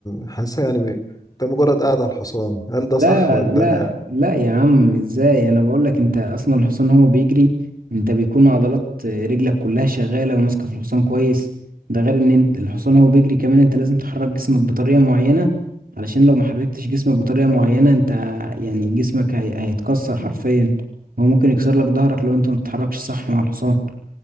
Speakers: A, on the left (about 25°); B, on the right (about 80°).
A: حاسسها يعني ب- أنت مجرد قاعد على الحصان هل ده
B: لا
A: صح ولا
B: لا
A: أنا
B: لا يا عم ازاي انا بقول لك انت اصلا الحصان هو بيجري انت بيكون عضلات رجلك كلها شغاله وماسكه في الحصان كويس ده غير ان انت- الحصان هو بيجري كمان انت لازم تحرك جسمك بطريقه معينه علشان لو ما حركتش جسمك بطريقه معينه انت يعني جسمك هي... هيتكسر حرفيا هو ممكن يكسر لك ظهرك لو انت ما بتتحركش صح مع الحصان